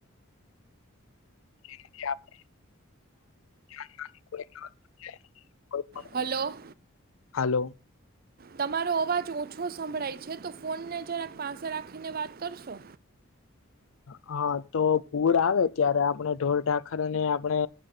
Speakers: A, on the left; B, on the right.
A: જે રીતે આપણે <unintelligible>
B: હલો
A: હલો
B: તમારો ‌અવાજ ઓછો સંભળાય છે તો ફોનને જરાક પાસે રાખીને વાત કરશો
A: હા, તો પૂર આવે ત્યારે આપણે ઢોર ઢાખર ને આપણે